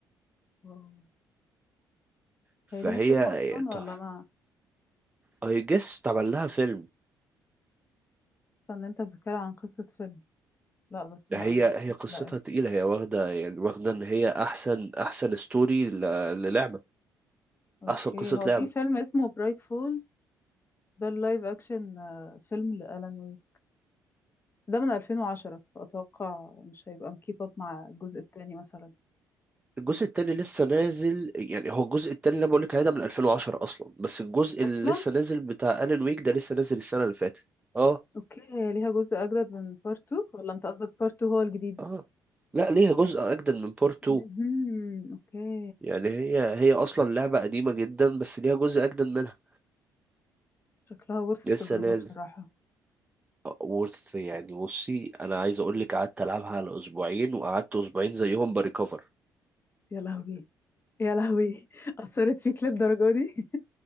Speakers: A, on the left; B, on the right.
A: واو.
B: فهي
A: هي ليها فيلم اصلا
B: تحفه
A: ولا انا
B: اي جس اتعمل لها فيلم
A: حاسه ان انت بتتكلم عن قصه فيلم لا بس
B: ده
A: لا
B: هي هي
A: مش
B: قصتها
A: لاقيه
B: تقيله هي واخده يعني واخده ان هي احسن احسن ستوري للعبه
A: اوكي
B: احسن قصه
A: هو
B: لعبه
A: في فيلم اسمه برايت فولز ده اللايف اكشن آه، فيلم لالان ويك بس ده من 2010 فاتوقع مش هيبقى مكيب اب مع الجزء التاني مثلا
B: الجزء التاني لسه نازل يعني هو الجزء التاني اللي انا بقول لك عليه ده من 2010 اصلا بس الجزء اللي
A: اصلا
B: لسه نازل بتاع ألان ويك ده لسه نازل السنة اللي فاتت اه
A: اوكي هي ليها جزء اجدد من بارت 2 ولا انت قصدك بارت 2 هو الجديد
B: اه لا ليها جزء اجدد من بورت
A: مهم.
B: 2
A: اوكي
B: يعني هي هي اصلا لعبة قديمة جدا بس ليها جزء اجدد منها
A: شكلها ورث
B: لسه
A: التجربه
B: نازل
A: بصراحه
B: وورث يعني بصي انا عايز اقول لك قعدت العبها على اسبوعين وقعدت اسبوعين زيهم بريكفر
A: يا لهوي يا لهوي <laughs> اثرت فيك للدرجه دي